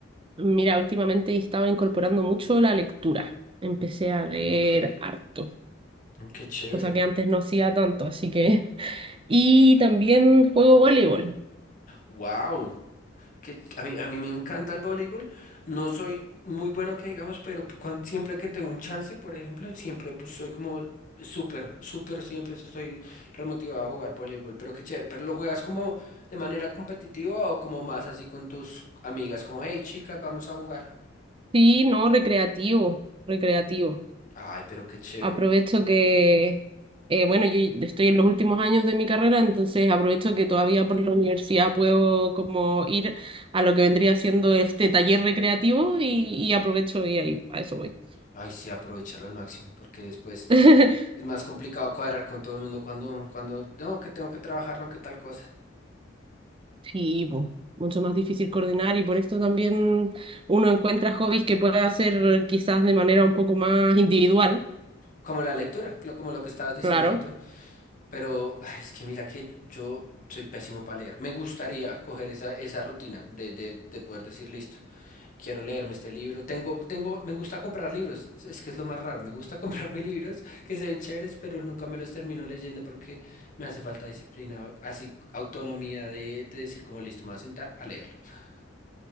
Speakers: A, on the right (about 25°); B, on the left (about 45°).
A: Mira, últimamente he estado incorporando mucho la lectura. Empecé a leer
B: Ok,
A: harto,
B: qué chévere.
A: cosa que antes no hacía tanto, así que... <laughs> Y también juego voleibol.
B: Wow. que a mí, a mí me encanta el voleibol. No soy muy bueno que digamos, pero cuan- siempre que tengo un chance, por ejemplo, siempre pues, soy como súper, súper, siempre sí estoy remotivado a jugar voleibol. Pero qué chévere. ¿Pero lo juegas como de manera competitiva o como más así con tus amigas? Como, hey, chicas, vamos a jugar.
A: Sí, no, recreativo, recreativo.
B: Ay, pero qué chévere.
A: Aprovecho que, eh, bueno, yo estoy en los últimos años de mi carrera, entonces aprovecho que todavía por la universidad puedo como ir a lo que vendría siendo este taller recreativo y, y aprovecho y ahí a eso voy.
B: Ay, sí, aprovechalo al máximo, porque después
A: <laughs>
B: es más complicado cuadrar con todo el mundo cuando, cuando, no, que tengo que trabajar, no, que tal cosa.
A: Sí, po, mucho más difícil coordinar y por esto también uno encuentra hobbies que puede hacer quizás de manera un poco más individual,
B: Como la lectura, lo- como lo que estabas diciendo
A: claro.
B: tú. Pero ay, es que mira que yo soy pésimo para leer. Me gustaría coger esa, esa rutina de, de, de poder decir, listo, quiero leerme este libro. Tengo, tengo, me gusta comprar libros. Es, es que es lo más raro. Me gusta <laughs> comprarme libros que se ven chéveres, pero nunca me los termino leyendo porque me hace falta disciplina, así autonomía de, de decir como listo, me voy a sentar a leerlo. <laughs>